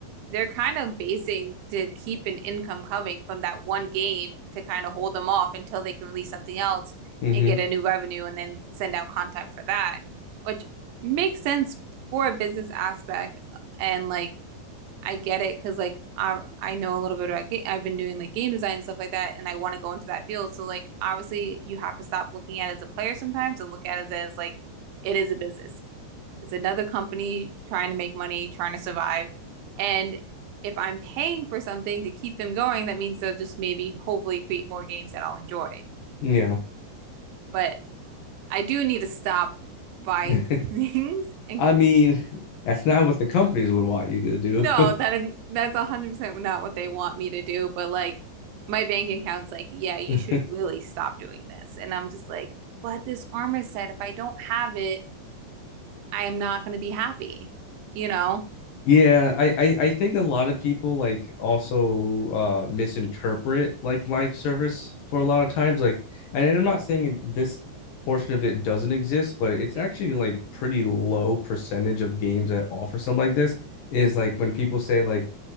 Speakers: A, on the right; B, on the left.
A: they're kind of basing to keep an income coming from that one game to kind of hold them off until they can release something else
B: hmm
A: and get a new revenue and then send out content for that, which makes sense for a business aspect. And like, I get it because like I I know a little bit about game. I've been doing like game design and stuff like that, and I want to go into that field. So like, obviously, you have to stop looking at it as a player sometimes and look at it as like it is a business. It's another company trying to make money, trying to survive. And if I'm paying for something to keep them going, that means they'll just maybe hopefully create more games that I'll enjoy.
B: Yeah.
A: But I do need to stop buying
B: <laughs>
A: <laughs> things and
B: I mean, that's not what the companies would want you to
A: no, that is, that's 100% not what they want me to do, but like my bank account's like, "Yeah, you
B: do.
A: should really
B: <laughs>
A: stop doing this." And I'm just like, "But this armor set, if I don't have it, I'm not going to be happy." You know?
B: Yeah, I, I I think a lot of people like also uh misinterpret like life service for a lot of times like and I'm not saying it- this portion of it doesn't exist, but it's
A: Yeah.
B: actually like pretty low percentage of games that offer something like this is like when people say like